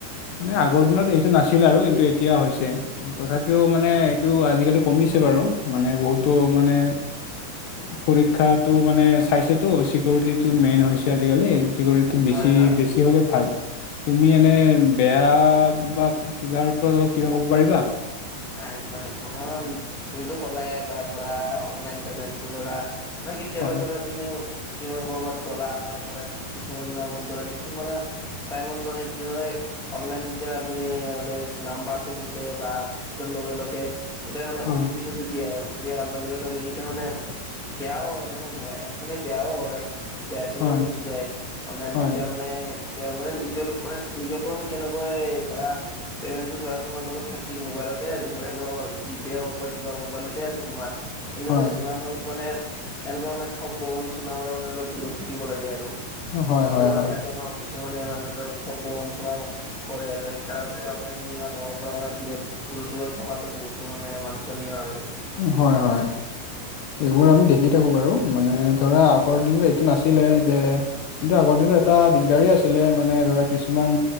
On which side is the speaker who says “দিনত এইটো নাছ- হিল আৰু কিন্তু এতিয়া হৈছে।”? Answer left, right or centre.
Left